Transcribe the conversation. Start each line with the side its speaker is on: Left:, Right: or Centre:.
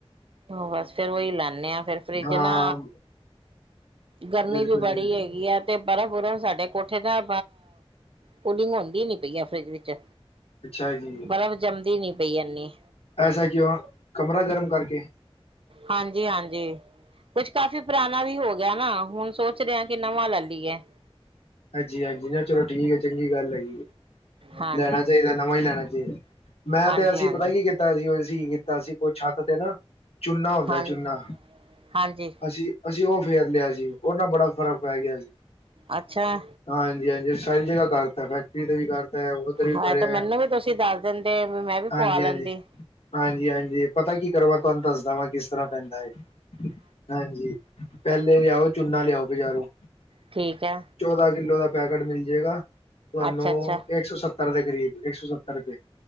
Right: ਹ ਬਸ ਫਿਰ ਓਹੀ ਲਾ ਆ ਫਿਰ ਫਰਿਜ
Left: ਹਾਂ
Right: ਨਾ ਗਰਮੀ
Left: ਬਿਲਕੁਲ
Right: ਵੀ ਬੜੀ
Left: ਜੀ ਬਿਲਕੁਲ
Right: ਹੈਗੀ ਆ ਤੇ ਬਰਫ ਬੁਰਾ ਸਾਡੇ ਕੋਠੇ ਦਾ ਕੂਲਿੰਗ ਹੁੰਦੀ ਨੀ ਪਈ ਆ ਫਰਿਜ ਵਿੱਚ
Left: ਅੱਛਾ ਜੀ
Right: ਬਰਫ ਜੰਮਦੀ ਨੀ ਪਈ ਇੰਨੀ
Left: ਐਸਾ ਕਿਉਂ ਕਮਰਾ ਗਰਮ ਕਰਕੇ
Right: ਹਾਂਜੀ ਹਾਂਜੀ ਕੁਛ ਕਾਫੀ ਪੁਰਾ ਵੀ ਹੋ ਗਿਆ ਨਾ ਹੁਣ ਸੋਚ ਰਿਹਾ ਕਿ ਨਵਾਂ ਲੈ ਲਈਏ
Left: ਹਾਂਜੀ ਹਾਂਜੀ ਨਾ ਚਲੋ ਠੀਕ ਹੈ ਚੰਗੀ ਗੱਲ ਹੈਗੀ
Right: ਹਾਂਜੀ
Left: ਲੈਣਾ ਚਾਹੀਦਾ ਨਵਾਂ ਹੀ ਲੈਣਾ ਚਾਹੀਦਾ ਮੈਂ
Right: ਹਾਂਜੀ
Left: ਤੇ ਅਸੀਂ
Right: ਹਾਂਜੀ
Left: ਪਤਾ ਕੀ ਕੀਤਾ ਸੀ ਅਸੀਂ ਕੀ ਕੀਤਾ ਸੀ ਕੁਛ ਛੱਤ ਤੇ ਨਾ ਚੁੰਨਾ ਹੁੰਦਾ
Right: ਹਾਂਜੀ
Left: ਚੁੰਨਾ
Right: ਹਾਂਜੀ
Left: ਅਸੀਂ ਅਸੀਂ ਉਹ ਫਿਰ ਲਿਆ ਸੀ ਉਹ ਨਾਲ ਬੜਾ ਫਰਕ ਪੈ ਗਿਆ ਸੀ
Right: ਅੱਛਾ
Left: ਹਾਂਜੀ ਹਾਂਜੀ ਸਾਰੀ ਜਗ੍ਹਾ ਕਰਤਾ ਫੈਕਟਰੀ ਤੇ ਵੀ ਕਰਤਾ ਹੈ ਉਧਰ ਵੀ
Right: ਹਾਏ
Left: ਕਰਹਾ
Right: ਤੇ ਮੈਨੂੰ ਵੀ ਤੁਸੀਂ ਦੱਸ ਦਿੰਦੇ ਵੀ ਮੈਂ ਵੀ
Left: ਹਾਂਜੀ
Right: ਪਵਾ ਲੈਂਦੀ
Left: ਹਾਂਜੀ ਹਾਂਜੀ ਹਾਂਜੀ ਪਤਾ ਕੀ ਕਰੋਗਾ ਤੁਹਾਨੂੰ ਦੱਸ ਕਿਸ ਤਰ੍ਹਾਂ ਪੈਂਦਾ ਹੈ ਹਾਂਜੀ ਪਹਿਲੇ ਲਿਆਓ ਚੂਨਾ ਲਿਆਓ ਬਜ਼ਾਰੋਂ
Right: ਠੀਕ ਹੈ
Left: ਅੱਧਾ ਕਿੱਲੋ ਦਾ ਪੈਕੇਟ ਮਿਲ ਜਾਏਗਾ ਤੁਹਾਨੂੰ
Right: ਅੱਛਾ ਅੱਛਾ
Left: ਇੱਕ ਸੌ ਸੱਤਰ ਦੇ ਕਰੀਬ ਇੱਕ ਸੌ ਸੱਤਰ ਰੁਪਏ